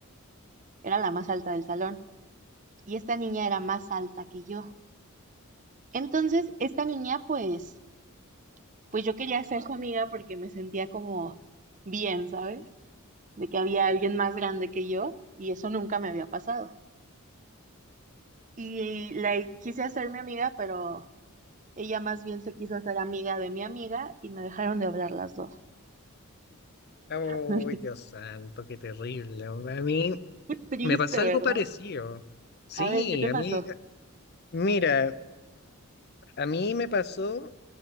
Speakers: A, on the right; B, on the left.
A: era la más alta del salón. Y esta niña era más alta que yo. Entonces, esta niña, pues, pues yo quería ser su amiga porque me sentía como bien, ¿sabes? De que había alguien más grande que yo y eso nunca me había pasado. Y la quise hacer mi amiga, pero ella más bien se quiso hacer amiga de mi amiga y me dejaron de hablar las dos.
B: Uy,
A: <laughs>
B: Dios santo, qué terrible. hombre. A mí
A: Qué triste,
B: me pasó algo
A: ¿verdad?
B: parecido. Sí,
A: A ver, ¿qué te
B: a
A: pasó?
B: mí, mira, a mí me pasó,